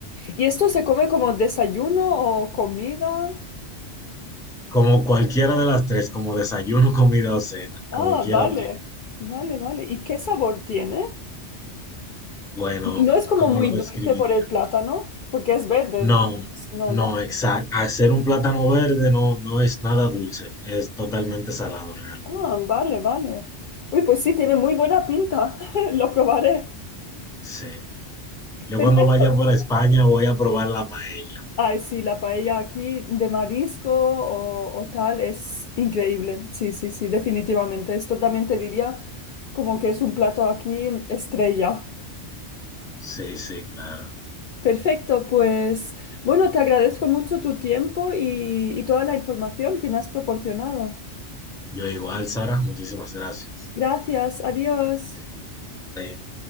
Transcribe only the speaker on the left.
¿Y esto se come como desayuno o comida?
Ah,
vale.
Vale, vale. ¿Y qué sabor tiene?
No es como
muy
dulce
por el plátano, porque es verde, entonces.
No,
no.
Ah, vale, vale. Uy, pues sí, tiene muy buena pinta. <laughs> Lo probaré.
Perfecto.
Ay, sí, la paella aquí de marisco o, o tal es increíble. Sí, sí, sí, definitivamente. Esto también te diría como que es un plato aquí estrella.
Perfecto, pues bueno, te agradezco mucho tu tiempo y, y toda la información que me has proporcionado.
Gracias, adiós.